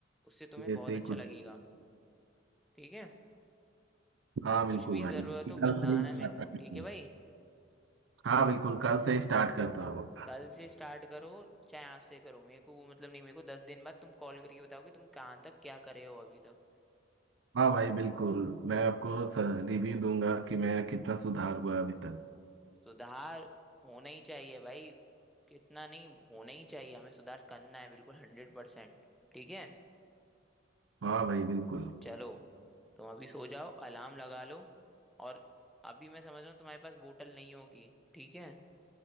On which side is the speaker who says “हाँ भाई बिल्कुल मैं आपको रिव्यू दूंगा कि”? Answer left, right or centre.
Right